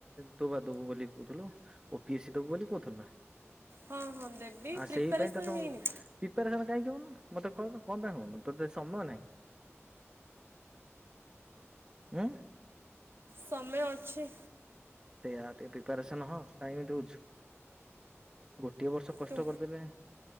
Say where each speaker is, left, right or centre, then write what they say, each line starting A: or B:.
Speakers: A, on the right (about 15°); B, on the right (about 55°).
A: ତୁ ବା ଦୋବୁ ବୋଲି କୋଉଥୁଲୁ। ଓ ପି ଏ ସି ଦବୁ ବୋଲି କୋଉ <unintelligible>
B: ହଁ ହଁ ଦେବି
A: ଆ
B: ପ୍ରିପାରେସନ୍
A: ସେଇ ପାଇଁ ତତେ
B: ହେଇନି
A: ମୁଁ କାହିଁକି ହୋଉନୁ ମତେ କୋହୁନୁ କଁ ପାଇଁ ହୋଉନୁ ତତେ ସମୟ ନାହିଁ। ଉଁ।
B: ସମୟ ଅଛି।
A: ସେୟା ଟିକେ ପ୍ରିପାରେସନ୍ ହ କାହିଁକି ଏମିତି ହୋଉଚୁ। ଗୋଟିଏ ବର୍ଷ କଷ୍ଟ
B: ତୁ
A: କରିଦେଲେ